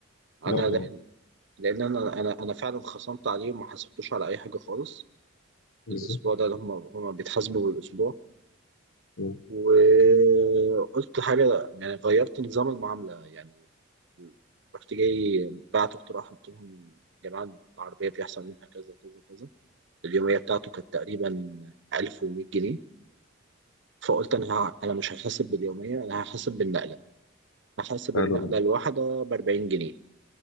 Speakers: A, on the right (about 60°); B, on the left (about 85°).
A: انا
B: لا لا
A: لان انا انا انا فعلا خصمت عليهم ما حاسبتوش على اي حاجه خالص
B: بالظبط
A: الاسبوع ده هم هم بيتحاسبوا بالاسبوع
B: مم.
A: وقلت حاجه يعني غيرت نظام المعامله يعني رحت جاي بعت اقتراح قلت لهم يا جماعه العربيه بيحصل منها كذا كذا كذا اليوميه بتاعته كانت تقريبا 1100 جنيه فقلت انا ه- انا مش هحاسب باليوميه انا هحاسب بالنقله هحاسب
B: حلو
A: النقله
B: ده
A: الواحده ب 40 جنيه